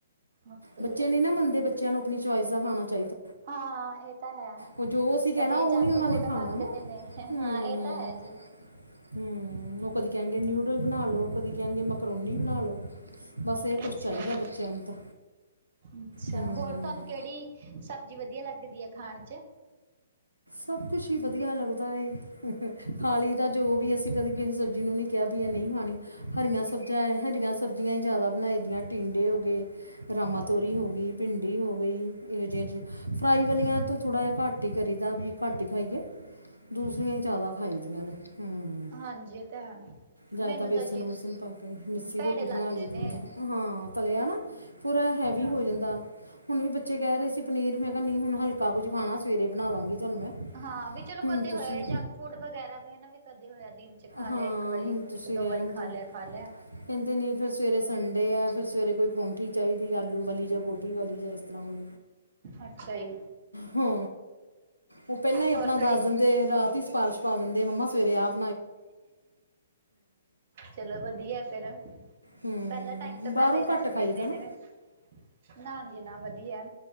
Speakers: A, on the right; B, on the right.
A: ਓਕੇ
B: ਬੱਚੇ ਨਹੀਂ ਨਾ ਮੰਨਦੇ ਬੱਚੇ ਬੱਚਿਆਂ ਨੂੰ ਆਪਣੀ ਚੋਇਸ ਦਾਖਾਣਾ ਚਾਹੀਦਾ
A: ਹਾਂ ਇਹ ਤਾਂ ਹੈ
B: ਉਹ ਜੋ ਅਸੀਂ ਕਹਿਣਾ
A: ਕਦੇ
B: ਉਹ
A: ਜੰਕ
B: ਨੀ ਉਹਨਾ
A: ਫੂਡ
B: ਨੇ ਖਾਣਾ
A: ਮੰਗਦੇ
B: ਨਾ
A: ਨੇ
B: ਹਮ।
A: ਹਾਂ ਇਹ ਤਾਂ ਹੈ ਜੀ
B: ਹਮ ਉਹ ਕਦੀ ਕਹਿਣਗੇ ਨਿਊਡਲ ਬਣਾ ਲਉ ਕਦੀ ਕਹਿਣਗੇ ਮਕਰੋਨੀ ਬਣਾ ਲਉ। ਬਸ ਇਹ ਕੁੱਛ
A: ਅੱਛਾ
B: ਚਾਹੀਦਾ
A: ਜੀ
B: ਬੱਚਿਆਂ ਨੂੰ ਤਾਂ
A: ਅੱਛਾ
B: ਹੂੰ
A: ਹੋਰ ਤੁਹਾਨੂੰ ਕਿਹੜੀ ਸਬਜ਼ੀ ਵਧੀਆ ਲੱਗਦੀ ਹੈ ਖਾਣ ਚ।
B: ਸਭ ਕੁਛ ਹੀ ਵਧੀਆ ਲੱਗਦਾ ਏ। ਖਾਲੀ ਦਾ ਜੋ ਵੀ ਅਸੀਂ ਕਦੇ ਕਿਸੇ ਸਬਜ਼ੀ ਨੂੰ ਨਹੀਂ ਕਿਹਾ ਵੀ ਇਹ ਨਹੀਂ ਖਾਣੀ ਹਰੀਆਂ ਸਬਜੀਆਂ ਹਰੀਆਂ ਸਬਜ਼ੀਆਂ ਹੀ ਜ਼ਿਆਦਾ ਬਣਾਈ ਦੀਆਂ ਟੀਂਡੇ ਹੋ ਗਏ। ਰਮਾਂ ਤੋਰੀ ਹੋ ਗਈ ਭਿੰਡੀ ਹੋ ਗਈ ਇਹੋ ਜਿਹੇ ਜਿਹੇ ਫਰਾਈ ਵਾਲੀਆਂ ਤੋਂ ਥੋੜ੍ਹਾ ਜਿਹਾ ਘੱਟ ਘਟੀ ਕਰੀ ਦਾ ਵੀ ਘੱਟ ਹੀ ਖਾਈਏ ਦੂਸਰੀਆਂ ਹੀ ਜ਼ਿਆਦਾ ਖਾਈ ਦੀਆਂ ਨੇ। ਹੂੰ
A: ਹਾਂਜੀ ਤੇ ਹੈ।
B: ਜਾਂ
A: ਮੈਨੂੰ
B: ਇਦਾਂ ਬੇਸਣ
A: ਤਾਂ ਜੀ
B: ਵੂਸਨ ਪਾ ਕੇ ਮਿੱਸੀ
A: ਭੈੜੇ
B: ਰੋਟੀ ਬਣਾ
A: ਲੱਗਦੇ
B: ਲਈਦੀ
A: ਨੇ
B: ਹੈ। ਹਾਂ ਤਲਿਆ ਨਾ ਪੂਰਾ ਹੈਵੀ
A: ਹਾਂਜੀ
B: ਹੋ ਜਾਂਦਾ। ਹੁਣ ਵੀ ਬੱਚੇ ਕਹਿ ਰਹੇ ਸੀ ਪਨੀਰ ਮੈਂ ਕਿਹਾ ਨੀ ਹੁਣ ਹਲਕਾ ਕੁੱ ਖਾਣਾ ਸਵੇਰੇ ਬਣਾ ਦਾਂਗੀ ਤੁਹਾਨੂੰ ਮੈਂ
A: ਹਾਂ ਵੀ ਚਲੋ
B: ਹੁਣ
A: ਕਦੇ
B: ਤੁਸੀਂ
A: ਹੋਇਆ ਜੰਕ ਫੂਡ ਵਗੈਰਾ ਵੀ ਹਨਾ ਵੀ ਕਦੇ ਹੋਇਆ ਦਿਨ ਚ ਖਾ
B: ਹਾਂ
A: ਲਿਆ ਇੱਕ ਵਾਰੀ।
B: ਹੁਣ ਤੁਸੀਂ
A: ਇੱਕ ਦੋ
B: ਰਹਿਣ
A: ਵਾਰੀ ਖਾ
B: ਦਿਉ
A: ਲਿਆ ਖਾ ਲਿਆ।
B: ਕਹਿੰਦੇ ਨਹੀਂ ਫਿਰ ਸਵੇਰੇ ਸੰਡੇ ਆ ਫਿਰ ਸਵੇਰੇ ਕੋਈ ਪਰੌਂਠੀ ਚਾਹੀਦੀ ਆਲੂ ਵਾਲੀ ਜਾਂ ਗੋਭੀ ਵਾਲੀ ਜਾਂ ਇਤ੍ਹਾਂ ਕੋਈ
A: ਅੱਛਾ ਜੀ
B: ਹਾਂ ਉਹ ਪਹਿਲਾਂ ਹੀ ਆਪਣਾ
A: ਹੋਰ ਕੜੀ
B: ਦੱਸ ਦਿੰਦੇ ਰਾਤ ਹੀ ਸਿਫਾਰਸ਼ ਪਾ ਦਿੰਦੇ ਮੰਮਾ ਸਵੇਰੇ ਆਪ
A: ਚਲੋ ਵਧੀਆ ਫੇਰ।
B: ਹੂੰ
A: ਪਹਿਲਾ ਟਾਈਮ ਤੋਂ ਪਹਿਲਾਂ
B: ਬਾਹਰੋਂ
A: ਹੀ ਦੱਸ
B: ਘੱਟ ਖਾਈਦਾ
A: ਦਿਨਦੇ
B: ਨਾ
A: ਨੇ ਨਾ ਜ ਨਾ ਵਧੀਆ।